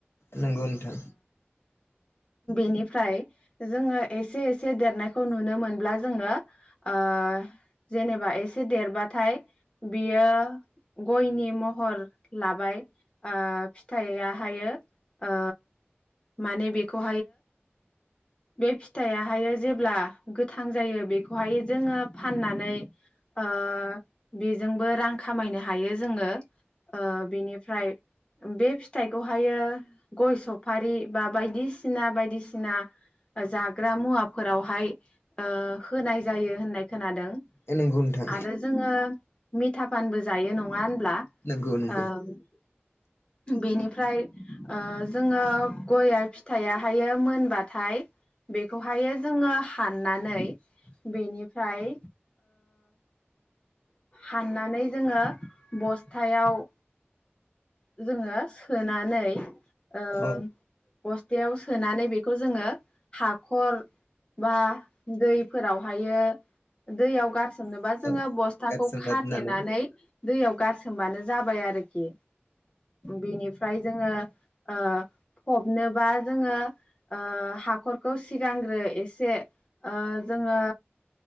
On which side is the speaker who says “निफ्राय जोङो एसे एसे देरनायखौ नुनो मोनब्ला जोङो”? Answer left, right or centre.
Left